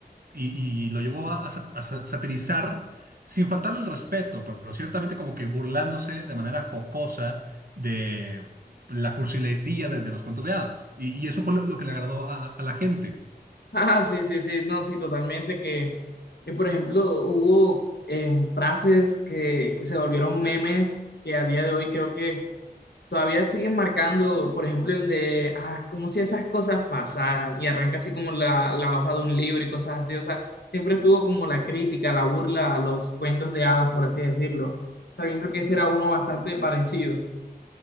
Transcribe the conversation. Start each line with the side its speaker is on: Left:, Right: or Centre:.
Right: y, y lo llevó a, a sa- a sa- satirizar sin faltarle el respeto, pero ciertamente como que burlándose de manera jocosa de la cursilería de, de los cuentos de hadas. Y, y eso fue lo, lo que le agradó a, a la gente.
Left: Ah, sí, sí, sí, no, sí, totalmente que, que, por ejemplo, hubo em, frases que, que se volvieron memes que a día de hoy creo que todavía siguen marcando, por ejemplo, el de, ah, como si esas cosas pasaran y arranca así como la, la hoja de un libro y cosas así, o sea, siempre estuvo como la crítica, la burla a los cuentos de hadas, por así decirlo, sabiendo que ese era uno bastante parecido.